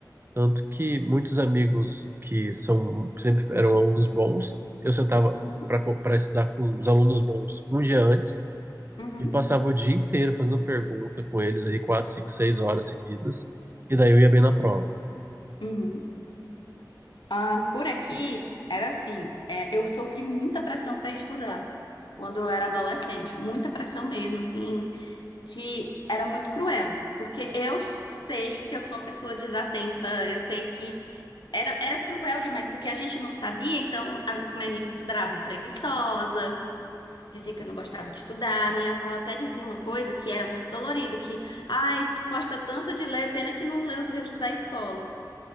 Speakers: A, on the right (about 30°); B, on the left (about 85°).
A: Tanto que muitos amigos que são sempre eram alunos bons, eu sentava
B: uhum, uhum,
A: para para estudar com os alunos bons um dia antes
B: uhum,
A: E passava o dia inteiro fazendo pergunta com eles aí, quatro, cinco, seis horas seguidas. E daí eu ia bem na prova.
B: uhum, Ah, por aqui era assim, é, eu sofri muita pressão para estudar quando eu era adolescente, muita pressão mesmo, assim, que era muito cruel, porque eu sei que eu sou uma pessoa desatenta, eu sei que era, era cruel demais, porque a gente não sabia, então a, como é, me consideravam preguiçosa. Dizia que eu não gostava de estudar. Minha avó até dizia uma coisa que era muito dolorida, que, ai, gosta tanto de ler, pena que não lê os livros da escola.